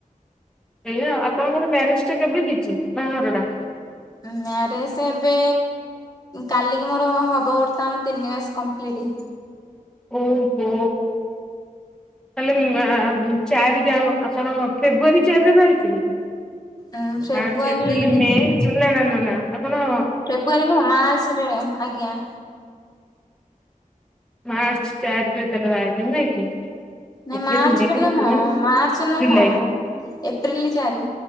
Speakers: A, in the centre; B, on the left (about 25°).
A: ଏଇଆ ଆଉ। ଆପଣଙ୍କର ମ୍ୟାରେଜ ଟା କେବେ ହେଇଛି ବାହାଘର ଟା?
B: ମ୍ୟାରେଜ ଏବେ କାଲିକି ମୋର ହ ହବ ବର୍ତ୍ତମାନ ତିନି ମାସ କମ୍ପ୍ଲିଟ୍।
A: ଓହୋ। ତାହେଲେ ଆଁ ଚାରି ଯା ଆପଣ ଫେବୃଆରୀ ଚାରିରେ ବାହାହେଇ
B: ଉଁ ଫେବୃଆରୀ
A: ମାର୍ଚ୍ଚ, ଏପ୍ରିଲ, ମେ ଚୁନା ନାଁ ନାଁ ନାଁ ଆପଣ
B: ଫେବୃଆରୀ ନୁହଁ ମାର୍ଚ୍ଚ ରେ ଆଜ୍ଞା।
A: ମାର୍ଚ୍ଚ ଚାରି ରେ ତାହେଲେ ବାହା ହେଇକ ନାହିଁ କି?
B: ନାଇଁ
A: ଏପ୍ରିଲ
B: ମାର୍ଚ୍ଚ
A: ମେ ଜୁନ
B: ବି ନୁହଁ, ମାର୍ଚ୍ଚ ନୁହଁ।
A: ଜୁଲାଇ
B: ଏପ୍ରିଲ ଚାରି,